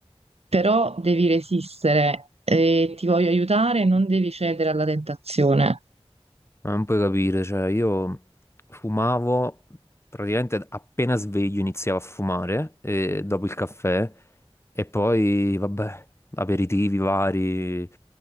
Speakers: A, on the right; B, on the left.
A: però devi resistere e ti voglio aiutare, non devi cedere alla tentazione.
B: Ma non puoi capire, cioè, io fumavo praticamente appena sveglio iniziavo a fumare e dopo il caffè e poi, vabbè, aperitivi vari.